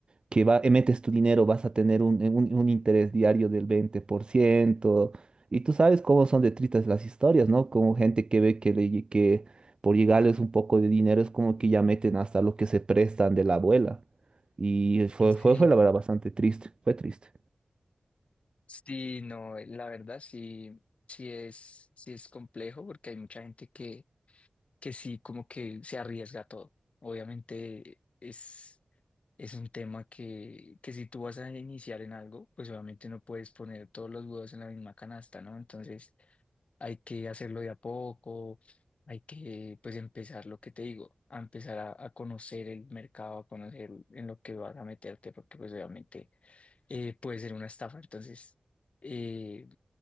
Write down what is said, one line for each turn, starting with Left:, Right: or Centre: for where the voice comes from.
Right: que va, eh, metes tu dinero vas a tener un, eh, un- un interés diario del veinte por ciento Y tú sabes cómo son de tristes las historias, ¿no? Como gente que ve que, le lle- que por llegarles un poco de dinero es como que ya meten hasta lo que se prestan de la abuela. Y fue,
Left: Sí,
Right: fue, fue la verdad bastante triste, fue triste.
Left: Sí, no, la verdad sí, sí es, sí es complejo porque hay mucha gente que, que sí como que se arriesga a todo. Obviamente es, es un tema que, que si tú vas a iniciar en algo, pues obviamente no puedes poner todos los huevos en la misma canasta, ¿no? Entonces hay que hacerlo de a poco, hay que pues empezar lo que te digo, a empezar a, a conocer el mercado, a conocer en lo que vas a meterte, porque pues obviamente eh, puede ser una estafa. Entonces, eh,